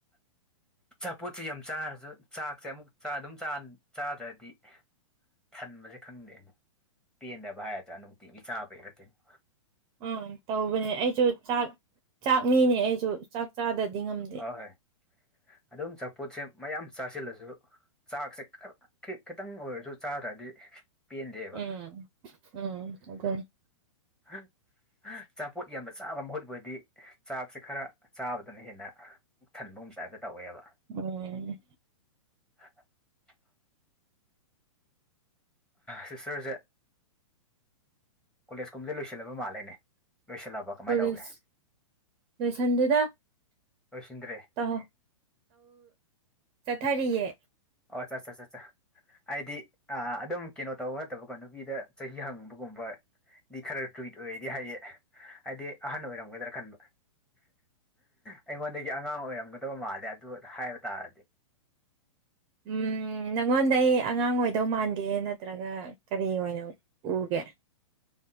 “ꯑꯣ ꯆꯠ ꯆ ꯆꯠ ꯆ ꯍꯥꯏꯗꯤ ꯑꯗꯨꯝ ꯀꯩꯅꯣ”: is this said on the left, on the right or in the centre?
Centre